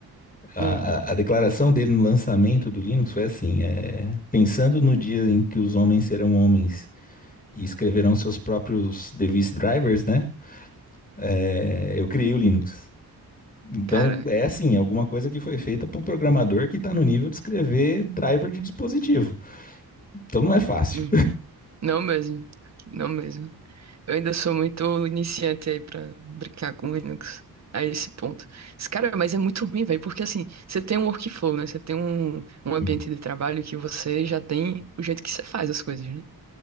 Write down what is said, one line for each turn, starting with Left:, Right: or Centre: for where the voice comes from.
Left: A,
Right: Hum,
Left: a- a declaração dele no lançamento do Linux foi assim: é, pensando no dia em que os homens serão homens e escreverão seus próprios device drivers, né? é, eu criei o Linux. Então,
Right: cara.
Left: é assim, é alguma coisa que foi feita para o programador que está no nível de escrever driver de dispositivo. Então, não é fácil.
Right: uhum. Não mesmo. Não mesmo. Eu ainda sou muito iniciante aí pra brincar com Linux a esse ponto. Mas, Cara, mas é muito ruim, velho, porque assim, você tem um workflow, né? Você tem um, um ambiente
Left: Hum.
Right: de trabalho que você já tem o jeito que você faz as coisas, né?